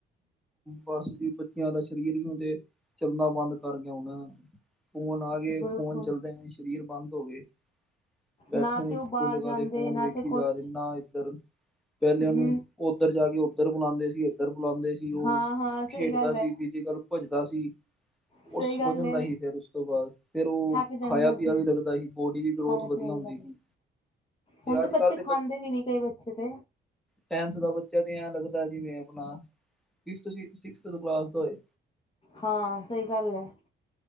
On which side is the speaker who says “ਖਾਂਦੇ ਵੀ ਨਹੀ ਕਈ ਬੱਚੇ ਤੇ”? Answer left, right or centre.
Left